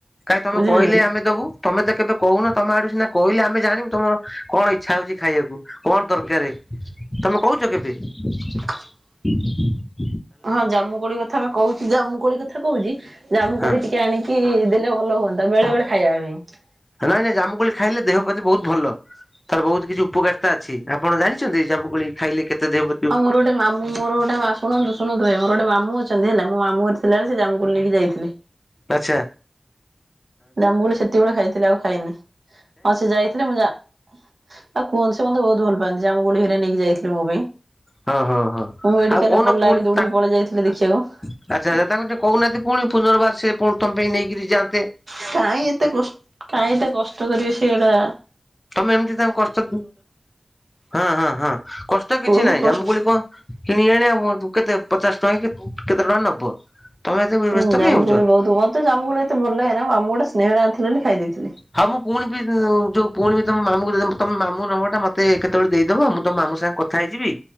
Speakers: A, on the left; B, on the right.
A: କାଇଁ ତମେ
B: ବୁଝୁଛନ୍ତି।
A: କହିଲେ ଆମେ ଦବୁ। ତମେ ତ କେବେ କହୁନ ତମ ଆଡୁ ସିନା କହିଲେ ଆମେ ଜାଣିବୁ ତମର କଣ ଇଚ୍ଛା ହଉଛି ଖାଇବାକୁ। କଣ ତରକାରୀ ତମେ କହୁଛ କେମିତି।
B: <inaudible>
A: <inaudible>
B: ହଁ ଜାମୁ କୋଳି କଥାପା କହୁଛି ଜାମୁ କୋଳି କଥା କହୁଛି ଜାମୁ
A: ହଁ
B: କୋଳି ଟି କେ ଆଣିକି ଦେଲେ ଭଲ ହୁଅନ୍ତା ବେଳେ ବେଳେ ଖାଇବା ପାଇଁ।
A: ନାଇଁ ନାଇଁ ଜାମୁ କୋଳି ଖାଇଲେ ଦେହ ପ୍ରତି ବହୁତ ଭଲ। ତାର ବହୁତ କିଛି ଉପକାରିତା ଅଛି ଆପଣ ଜାଣିଛନ୍ତି ଜାମୁକୋଳି ଖାଇଲେ କେତେ ଦେହ ପ୍ର
B: ହଁ ମୋର ଗୋଟ ମାମୁ ମୋର ଗୋଟେ ଶୁଣନ୍ତୁ ଶୁଣନ୍ତୁ ମୋର ଗୋଟେ ମାମୁଁ ଅଛନ୍ତି ହେଲା ମାମୁ ଘରେ ଥିଲାବେଳେ ସେ ଜାମୁକୋଳି ନେଇକି ଯାଇଥିଲେ।
A: ଆଛା।
B: ଜମ୍ମୁ କୋଳି ସେତେବେଳେ ଖାଇଥିଲି ଆଉ ଖାଇନି ହଁ ସେ ଯାଇଥିଲେ ମୁଁ ଯା ଆଉ କୁହନ୍ତି ସେ ମତେ ବହୁତ ଭଲ ପାଆନ୍ତି ଜାମ୍ମୁ କୋଳି ହରୀଆ ନେଇକି ଯାଇଥିଲେ ମୋ ପାଇଁ।
A: ହଁ ହଁ ହଁ।
B: ମୁଁ ମେଡିକାଲରେ
A: ଆଉ କହୁନ
B: ପଡିଲା
A: ପୁଣି
B: ବେଳ ଦୌଡିକି
A: ତା
B: ପଳେଇ ଯାଇଥିଲେ ଦେଖିବାକୁ।
A: ଆଚ୍ଛା ଆଚ୍ଛା ତାଙ୍କୁ ଟିକେ କହୁନାହାନ୍ତି ପୁଣି ପୁନର୍ବାର ସେ ପୁଣି ତମ ପାଇଁ ନେଇକରି ଯାଆନ୍ତୁ।
B: କାହିଁ ଏତେ କସ କାହିଁ ଏତେ କଷ୍ଟ କରିବେ ସେଗଡ଼ା।
A: ତମେ ଏମିତି ତାଙ୍କୁ କଷ୍ଟ ହଁ ହଁ ହଁ କଷ୍ଟ କିଛି
B: ବହୁତ
A: ନାହିଁ
B: କଷ୍ଟ
A: ଜାମୁକୋଳି କ କିଣି ଆଣିବାକୁ କୁହନ୍ତୁ କେତେ ପଚାଶ ଟଙ୍କା କି କେତେ ଟଙ୍କା ନବ। ତମେ ଏତେ ବ୍ୟସ୍ତ
B: ଉୁ ଜାମୁକୋଳି
A: କାଇଁ ହଉଛ?
B: ବହୁତ ମତେ ଜାମୁକୋଳି ଏତେ ଭଲ ଲାଗେ ନା ମାମୁ ଗୋଟେ ସ୍ନେହ ରେ ଆଣିଥିଲେ ବୋଲି ଖାଇ ଦେଇଥିଲି।
A: ହଁ ମୁଁ ପୁଣି ବି ଯୋଉ ପୁଣି ବି ତମ ମାମୁଙ୍କୁ ତମ ମାମୁଁ ନମ୍ବର ଟା ମତେ କେତେବେଳେ ଦେଇଦବ ମୁଁ ତମ ମାମୁ ସାଙ୍ଗେ କ ଖାଇଯିବି